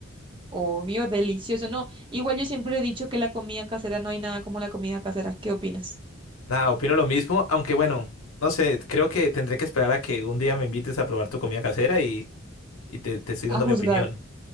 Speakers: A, on the right; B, on the left.
A: Obvio, delicioso, no. Igual yo siempre he dicho que la comida casera no hay nada como la comida casera. ¿Qué opinas?
B: Nada, opino lo mismo, aunque bueno, no sé, creo que tendré que esperar a que un día me invites a probar tu comida casera y, y te, te estoy
A: A
B: dando
A: juzgar.
B: mi opinión.